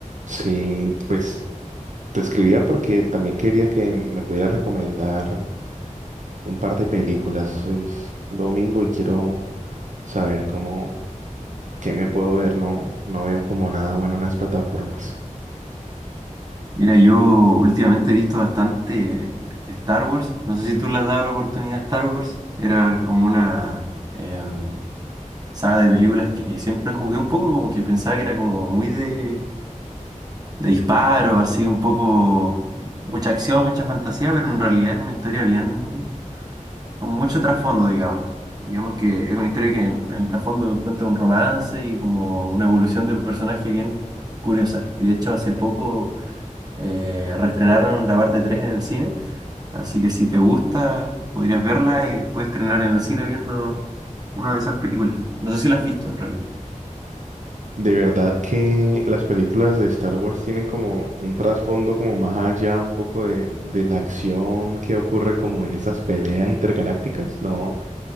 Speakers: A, on the right (about 65°); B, on the right (about 30°).
A: Sí, pues te escribía porque también quería que me pudiera recomendar un par de películas. Es domingo y quiero saber cómo, qué me puedo ver. No, no veo como nada bueno en las plataformas.
B: Mira, yo últimamente he visto bastante Star Wars. No sé si tú le has dado la oportunidad a Star Wars. Era como una em, saga de películas que siempre jugué un poco, como que pensaba que era como muy de, de disparo, así un poco mucha acción, mucha fantasía, pero en realidad es una historia bien, con mucho trasfondo, digamos. Digamos que es una historia que en, en el trasfondo cuenta un romance y como una evolución de personaje bien curiosa. Y de hecho hace poco eh, reestrenaron la parte 3 en el cine, así que si te gusta, podrías verla y después estrenar en el cine viendo una de esas películas. No sé si la has visto en realidad.
A: De verdad que las películas de Star Wars tienen como un trasfondo como más allá un poco de, de la acción que ocurre como en esas peleas intergalácticas. No,